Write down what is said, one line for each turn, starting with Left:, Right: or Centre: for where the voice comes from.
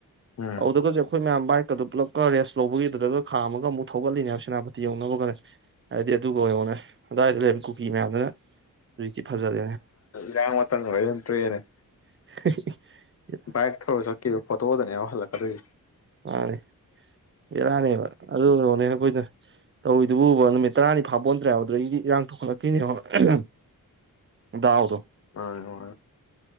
Left: ꯎꯝ
Right: ꯑꯗꯨꯗꯒꯖ‌ꯦ ꯑꯩꯈꯣꯏ ꯃꯌꯥꯝ ꯕꯥꯏꯛꯀꯗ‌ꯣ ꯄꯨꯂꯞꯀ ꯔꯦꯁ ꯂꯧꯕꯒꯤ ꯑꯗꯨꯗꯒ ꯈꯥꯝꯃꯒ ꯑꯃꯨꯛ ꯊꯧꯒꯠꯂꯤꯅꯦꯕ ꯁ‌ꯦꯅꯥꯄ ꯄꯥꯇꯤ ꯌꯧꯅꯕꯒꯅꯦ ꯍꯥꯏꯗꯤ ꯑꯗꯨꯒ ꯌ‌ꯦꯡꯉ‌ꯣꯅꯦ ꯑꯗꯨꯋꯥꯏꯗ ꯂꯩꯕ ꯀꯨꯀꯤ ꯃꯌꯥꯝꯗꯨꯅ ꯅ‌ꯣꯏꯗꯤ ꯐꯖꯔꯦ
Left: ꯏꯔꯥꯡ‌ ꯃꯇꯝꯒ ꯑ‌ꯣꯏꯔꯗꯤ ꯑꯗꯨꯝ ꯇ‌ꯣꯛꯑꯦꯅ‌ꯦ
Right: <unintelligible>
Left: ꯕꯥꯏꯛ ꯊꯧꯔ ꯆꯠꯈꯤꯕ ꯐꯣꯇꯣꯗꯅꯦꯕ ꯍꯜꯂꯛꯀꯗꯣꯏꯖ‌ꯦ
Right: ꯃꯥꯅꯦ ꯕ‌ꯦꯔꯥꯅꯦꯕ ꯑꯗꯨ ꯌ‌ꯦꯡꯉ‌ꯣꯅꯦ ꯑꯩꯈꯣꯏꯗ ꯇꯧꯔꯤꯗꯨꯕꯨꯕ ꯅꯨꯃꯤꯠ ꯇꯔꯥꯅꯤ ꯐꯥꯄ‌ꯣꯟꯗ꯭ꯔꯦ ꯍꯥꯏꯕ ꯑꯗꯨꯗꯩꯗꯤ ꯏꯔꯥꯡ ꯊꯣꯛꯀꯠꯂꯛꯈꯤꯅꯦ ꯗꯥꯎꯗꫭ
Left: ꯑ ꯌ‌ꯦꯡꯉ‌‌ꯣ